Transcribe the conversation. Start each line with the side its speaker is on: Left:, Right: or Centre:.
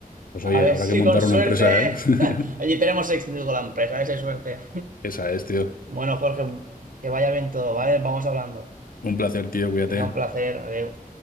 Left: Pues
Right: A
Left: oye,
Right: ver
Left: habrá
Right: si
Left: que montar
Right: con suerte
Left: una empresa, ¿eh? <laughs>
Right: <laughs> allí tenemos éxito con la empresa, a ver si hay suerte.
Left: Esa es, tío.
Right: Bueno, Jorge, que vaya bien todo, ¿vale? Vamos hablando.
Left: Un placer, tío, cuídate.
Right: Venga, un placer, adiós.